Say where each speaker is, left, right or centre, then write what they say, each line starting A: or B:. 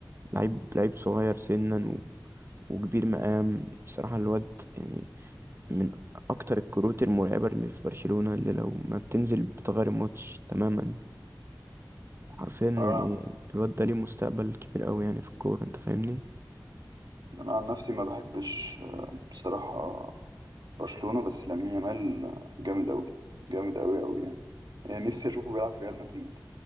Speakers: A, on the right; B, on the right.
A: لعيب لعيب صغير سنا و... وكبير مقام الصراحة الواد يعني من أكتر الكروت المرعبة اللي في برشلونة اللي لو ما بتنزل بتغير الماتش تماما حرفيا يعني
B: أنا
A: الواد ده ليه مستقبل كبير قوي يعني في الكورة انت فاهمني
B: أنا عن نفسي ما بحبش آه، بصراحة برشلونة بس لامين يامال آه، جامد أوي جامد أوي أوي يعني يعني نفسي أشوفه بيلعب في ريال مدريد